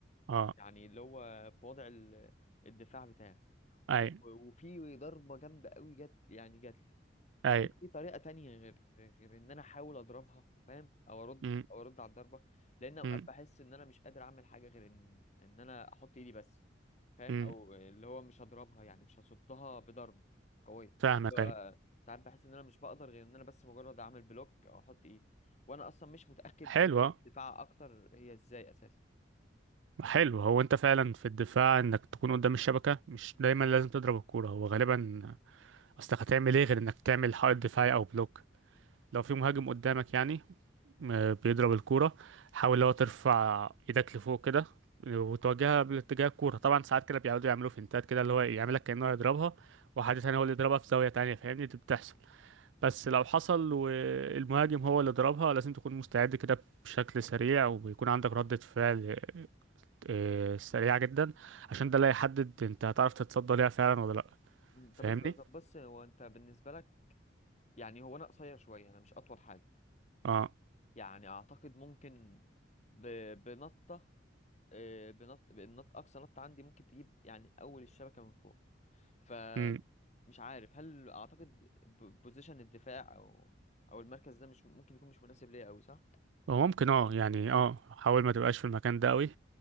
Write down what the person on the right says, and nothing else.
اه
اي
اي
مم.
مم.
مم.
فاهمك
اي
حلوة
حلو هو انت فعلا في الدفاع انك تكون قدام الشبكة مش دايما لازم تضرب الكورة هو غالبا اصلك هتعمل ايه غير انك تعمل حائط دفاعي او بلوك لو في مهاجم قدامك يعني م- بيضرب الكورة حاول لو ترفع ايدك لفوق كده وتواجهها باتجاه الكورة طبعا ساعات كده بيقعدوا يعملوا فينتات كده اللي هو يعملك كأنه هيضربها وحد تاني هو اللي يضربها في زاوية تانية فاهمني دي بتحصل بس لو حصل والمهاجم هو اللي ضربها لازم تكون مستعد كده بشكل سريع ويكون عندك ردة فعل آه، سريعة جدا عشان ده اللي هيحدد انت هتعرف تتصدى ليها فعلا ولا لأ
فاهمني؟
اه
امم
هو ممكن اه يعني اه حاول ما تبقاش في المكان ده قوي